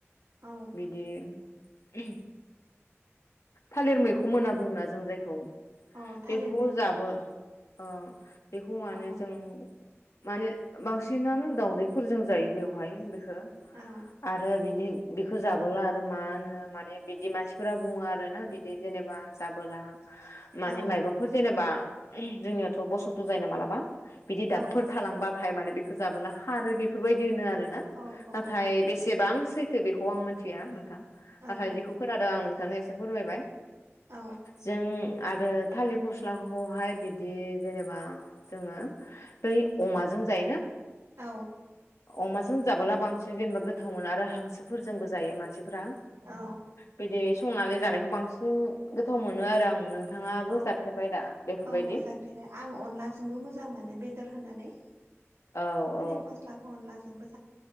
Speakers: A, on the right; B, on the left.
A: औ
B: बिदि उहो थालिर मैखुम होनना बुंङोना जों जायखौ
A: औ थालिर
B: बेखौ
A: मैखं
B: जाबो औ बेखौ माने
A: औ
B: जों माने बांसिनानो दावदैफोरजों जायो बेवहाय बेखौ
A: औ
B: आरो बिनि बिखौ जाबोला आरो मा होनो माने बिदि मानसिफोरा बुङो आरो ना बिदि जेनेबा जाबोला मानिे
A: औ
B: मायबाफोर जेनेबा जोंनियाथ' बसन्त जायो ना मालाबा बिदि डाक्टर
A: औ
B: थालांबाथाय माने बेखौ जाबोला खारो बेफोरबायदि होनो आरो आरोना
A: औ औ
B: नाथाय बेसेबां सै थो बेखौ आं मिथिया नोंथां नाथाय
A: औ
B: जेखौ खोनादों आं नोंथांनो एसे फोरमायबाय
A: औ
B: जों आ आरो थालिर फस्लाखौहाय बिदि जेनेबा जोङो बै अमाजों जायो ना
A: औ
B: अमाजों जाबोला बांसिन जेनेबा गोथाव मोनो आरो हांसोफोरजोंबो जायो मानसि फ्रा
A: औ
B: बिदि संनानै जानायखौ बांसिन गोथाव मोनो आरो आं नोंथाङाबो
A: औ
B: जाफेरबाय दा बेफोरबायदि
A: औ जाफेरो आं अनलाजोंबो मोजां मोनो बेदर होनानै
B: औ
A: थालिर
B: औ
A: फस्लाखौ अनलाजोंंबो